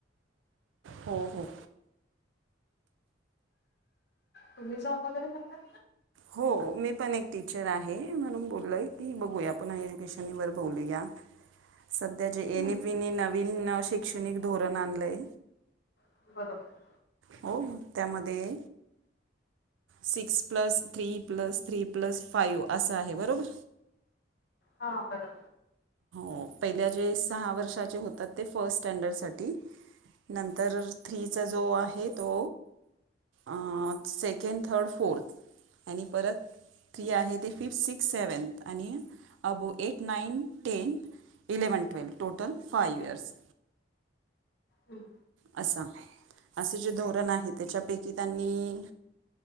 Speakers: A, on the right; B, on the left.
A: हो हो
B: तुम्ही जाॉ वकडे करतात.
A: हो मी पण एक टीचर आहे म्हणून बोललोय की बघूया आपण एज्युकेशन वर बोलूया. सध्या जे
B: हम्म
A: एनई पी नवीन शैक्षणिक धोरण आणलंय.
B: बरोबर
A: हो त्यामध्ये six plus three plus three plus five असं आहे बरोबर
B: हा बर.
A: हो पहिल्या जे सहा वर्षाचे होतात ते फर्स्ट स्टँडर्ड साठी नंतर थ्रीचा जो आहे तो अं सेकंड, थर्ड, फोर्थ आणि परत थ्री आहे ते फि, सिक्स्थ, सेव्हनथ आणि अबू eight, nine, ten eleven, twelve total five years
B: हम्म
A: असाय असे जे धोरण आहे तेच्यापैकी त्यांनी